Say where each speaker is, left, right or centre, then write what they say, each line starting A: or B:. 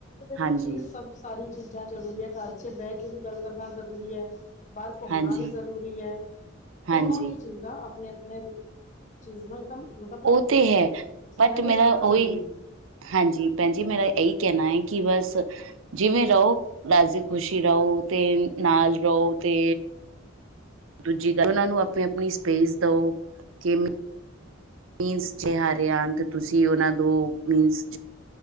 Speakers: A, on the left; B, on the right.
A: ਦੇਖੋ
B: ਹਾਂਜੀ
A: ਚੀਜ਼ ਸਭ ਸਾਰੀ ਚੀਜ਼ਾਂ ਜ਼ਰੂਰੀ ਐ ਘਰ। ਪਿੱਛੇ ਬਹਿ ਕੇ ਵੀ ਗੱਲ ਕਰਨਾ ਜ਼ਰੂਰੀ ਹੈ। ਬਾਹਰ ਘੁੰਮਣਾ
B: ਹਾਂਜੀ
A: ਵੀ ਜ਼ਰੂਰੀ ਹੈ। ਦੋਨੋ
B: ਹਾਂਜੀ
A: ਹੀ? ਚੀਜ਼ਾਂ ਆਪਣੇ, ਆਪਣੇ ਚੀਜ਼ ਨੂੰ ਇੱਕਦਮ। ਮਤਲਬ
B: ਉਹ ਤੇ ਹੈ
A: ਸਮੇਂ
B: ਬਟ
A: ਦੇ
B: ਮੇਰਾ
A: ਸਾਨਨਾ
B: ਉਹੀ
A: ਜ਼ਰੂਰੀ।
B: ਹਾਂਜੀ ਭੈਣ ਜੀ ਮੇਰਾ ਇਹੀ ਕਹਿਣਾ ਹੈ। ਕਿ ਬਸ? ਜਿਵੇਂ ਰਹੋ ਰਾਜ਼ੀ ਖੁਸ਼ੀ ਰਹੋ ਤੇ ਨਾਲ ਰਹੋ ਤੇ ਦੂਜੀ ਗੱਲ। ਉਹਨਾਂ ਨੂੰ ਆਪਣੀ, ਆਪਣੀ ਸਪੇਸ ਦਓ ਕਿ ਮ? ਮੀਨਸ ਚੇ ਹਾਰੇ ਤੁਸੀਂ ਉਹਨਾ ਦੋ ਮੀਨਸ।